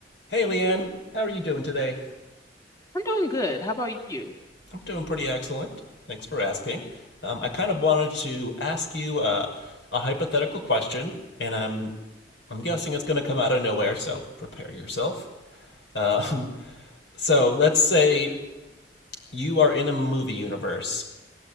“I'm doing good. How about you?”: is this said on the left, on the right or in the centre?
Left